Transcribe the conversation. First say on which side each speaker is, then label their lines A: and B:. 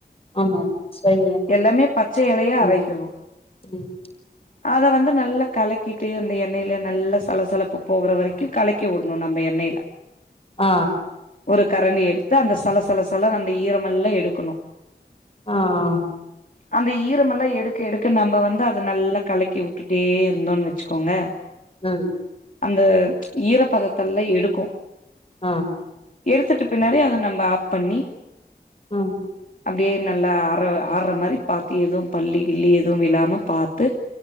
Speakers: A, on the left; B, on the left.
A: ஆமா. சரியான.
B: எல்லாமே பச்ச எலையா
A: ம்.
B: அரைக்கிறோ
A: ம்.
B: அத வந்து நல்லா கலக்கிட்டு அந்த எண்ணெயில நல்லா சலசலப்பு போகற வரைக்கு கலக்கி வுடணு நம்ம எண்ணெயில
A: ஆ
B: ஒரு கரண்டி எடுத்து அந்த சல சல சல அந்த ஈரமெல்ல எடுக்கணு
A: ஆ ஆ
B: அந்த ஈரமெல்லா எடுத் எடுக்க நம்ம வந்து அத நல்லா கலக்கி விட்டுட்டே இருந்தோன்னு வச்சுக்கோங்க
A: ம்
B: அந்த ஈரப்பதத்தல்ல எடுக்கு
A: அ
B: எடுத்துட்டு பின்னாடி அத நம்ம ஆப் பண்ணி
A: ம்
B: அப்டியே நல்லா ஆற ஆட்ற மாரி பாத்தி எதுவு பள்ளி கில்லி எதுவு விலாம பாத்து